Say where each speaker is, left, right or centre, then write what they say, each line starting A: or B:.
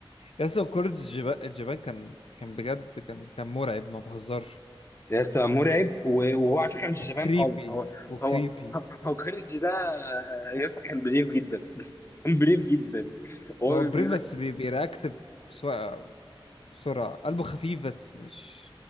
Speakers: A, on the left; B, on the left.
A: يا اسطى كورة الجبا- الجبان كان كان بجد كان كان مرعب ما بهزرش
B: يا اسطى مرعب و- وهو على فكره مش
A: وكريبي
B: جبان خالص هو
A: وكريبي
B: هو هو كوريج ده آه، يا اسطى كان بريف جدا <laughs> بس كان بريف جدا هو
A: هو بريف
B: بيقول
A: بس بي- بيرياكت بسوا- بسرعة قلبه خفيف بس مش